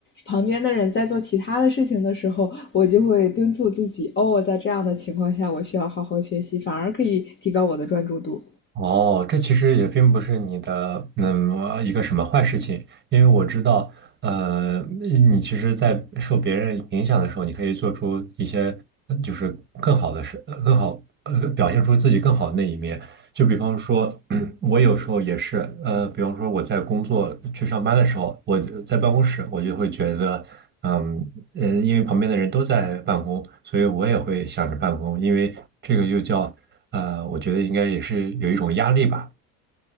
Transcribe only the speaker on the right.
哦，这其实也并不是你的嗯一个什么坏事情，因为我知道，呃，你其实，在受别人影响的时候，你可以做出一些呃就是更好的事，呃更好呃表现出自己更好的那一面。就比方说，<clears throat> 我有时候也是，呃，比方说我在工作去上班的时候，我就在办公室，我就会觉得，嗯呃，因为旁边的人都在办公，所以我也会想着办公，因为这个又叫。呃，我觉得应该也是有一种压力吧。